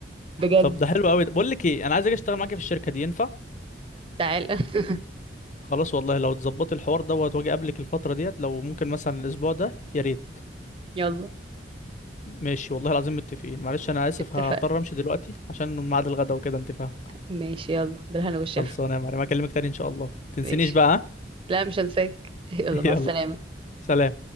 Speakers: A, on the right (about 30°); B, on the left (about 40°).
A: بجد
B: طب ده حلو قوي ده بقول لك ايه انا عايز اجي اشتغل معاكي في الشركه دي ينفع
A: تعال <laughs>
B: خلاص والله لو تظبطي الحوار دوت واجي قبلك الفتره ديت لو ممكن مثلا الاسبوع ده يا ريت
A: يلا
B: ماشي والله العظيم متفقين معلش انا اسف
A: اتفقنا
B: هضطر امشي دلوقتي عشان ميعاد الغدا وكده انت فاهم
A: ماشي يلا بالهنا والشفا
B: خلصانه يا معلم اكلمك تاني ان شاء الله تنسينيش
A: ماشي
B: بقى ها؟
A: لا مش هنساك <laughs> يلا
B: <laughs>
A: مع
B: يلا
A: السلامة
B: سلام